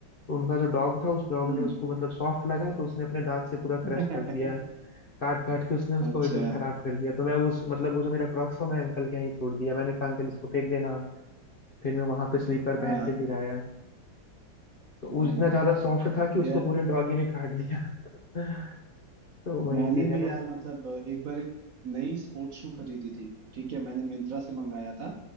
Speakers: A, on the left (about 50°); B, on the right (about 55°).
A: तो उनका जो डॉग था उस डॉग
B: हम्म।
A: ने उसको मतलब सॉफ्ट लगा तो उसने अपने दांत से पूरा
B: <laughs>
A: क्रश कर दिया काट काट के उसने उसको
B: अच्छा
A: एकदम खराब कर दिया तो मैं उस मतलब वो जो मेरा क्रॉक्स था मैं अंकल के यहाँ ही छोड़ दिया मैंने कहा अंकल इसको फेंक देना आप।" फिर मैं वहां पे स्लीपर
B: हाँ
A: पहन के फिर आया तो वो
B: हम्म
A: इतना ज्यादा सॉफ्ट था कि उसको
B: या
A: पूरे डॉगी ने काट दिया <laughs> तो वही
B: मैंने
A: चीज है
B: भी
A: ना
B: यार मतलब एक बार एक नई स्पोर्ट्स शू खरीदी थी ठीक है मैंने मिंत्रा से मंगाया था